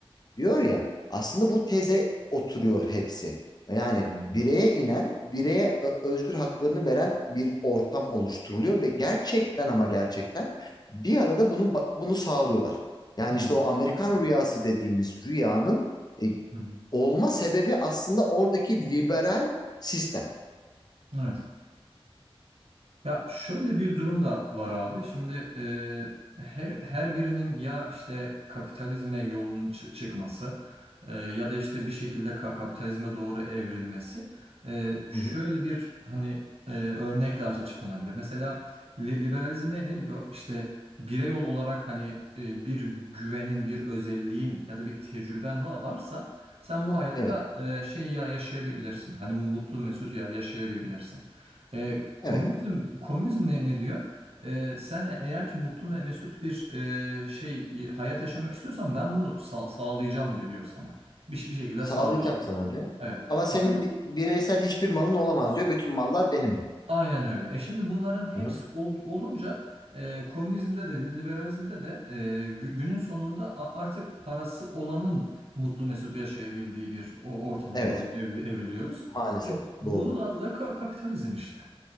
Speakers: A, on the left (about 45°); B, on the right (about 80°).
A: diyor ya aslında bu teze oturuyor hepsi. Yani
B: Aynen
A: bireye
B: öyle.
A: inen, bireye ö- özgür haklarını veren bir ortam oluşturuluyor ve gerçekten ama gerçekten bir arada bunu bunu sağlıyorlar. Yani
B: Hı
A: işte
B: hı.
A: o Amerikan rüyası dediğimiz rüyanın e,
B: Hı hı.
A: olma sebebi aslında oradaki liberal sistem.
B: Evet. Ya şöyle bir durum da var abi. Şimdi e, her her birinin ya işte kapitalizme yolunun çı- çıkması e, ya da işte bir şekilde ka- kapitalizme doğru evrilmesi e, şöyle
A: Hı hı.
B: bir hani e, örnekle aç- açıklanabilir. Mesela li- liberalizm ne, ne diyor? İşte birey ol- olarak hani e, bir güvenin, bir özelliğin ya da bir tecrüben va- varsa sen bu hayatta
A: Evet,
B: e, şey ya yaşayabilirsin. Hani mutlu mesut ya yaşayabilirsin. E, komünizm
A: evet.
B: komünizm ne, ne diyor? E, sen e- eğer ki mutlu ve mesut bir e, şey hayat yaşamak istiyorsan ben bunu sa- sağlayacağım diyor, diyor sana. Bir, bir şekilde
A: Sağlayacağım
B: sağlayacağım.
A: sana diyor.
B: Evet.
A: Ama senin
B: Ama
A: bi- bireysel hiçbir malın olamaz diyor. Bütün mallar benim diyor.
B: aynen öyle. E şimdi bunların
A: Hı
B: hepsi
A: hı.
B: ol- olunca e, komünizmde de liberalizmde de e, gü- günün sonunda a- artık parası olanın mutlu mesut yaşayabildiği bir o ortama
A: Evet,
B: doğru evri- evriliyoruz.
A: maalesef
B: E, bunun
A: doğru.
B: adı da ka- kapitalizm işte.